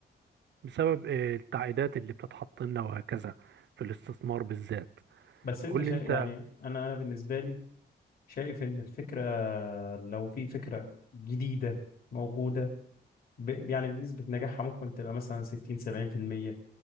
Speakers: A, on the right; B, on the left.
A: بسبب آه، التعقيدات اللي بتتحط لنا وهكذا في الاستثمار بالذات
B: بس انت
A: قول
B: شا...
A: لي أنت
B: يعني انا انا بالنسبة لي شايف ان الفكرة لو في فكرة جديدة موجودة ب... يعني بنسبة نجاحها ممكن تبقى مثلا 60 70%